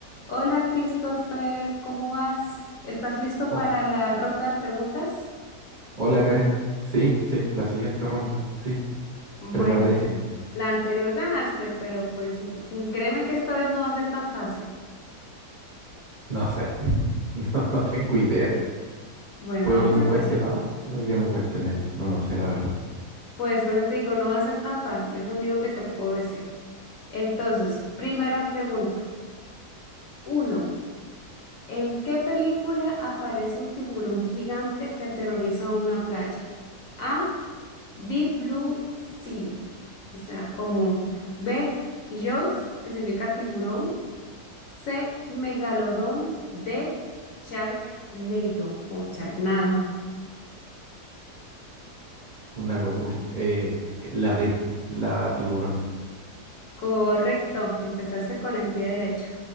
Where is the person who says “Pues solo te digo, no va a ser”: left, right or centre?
Left